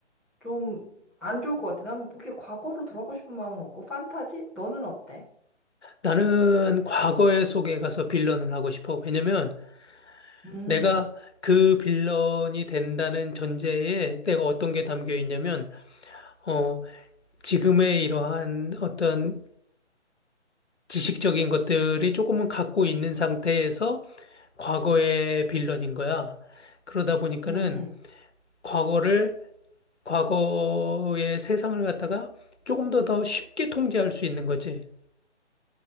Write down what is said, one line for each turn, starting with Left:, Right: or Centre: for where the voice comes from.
Centre: 좀 안 좋을 것 같아. 난 이렇게 과거로 돌아가고 싶은 마음은 없고 판타지? 너는 어때?
Left: 나는 과거의 속에 가서 빌런을 하고 싶어. 왜냐면
Centre: 음,
Left: 내가 그 빌런이 된다는 전제에 내가 어떤 게 담겨 있냐면, 어, 지금의 이러한 어떤 지식적인 것들이 조금은 갖고 있는 상태에서 과거의 빌런인 거야. 그러다 보니까는
Centre: 음, 음,
Left: 과거를, 과거의 세상을 갖다가 조금 더 더 쉽게 통제할 수 있는 거지.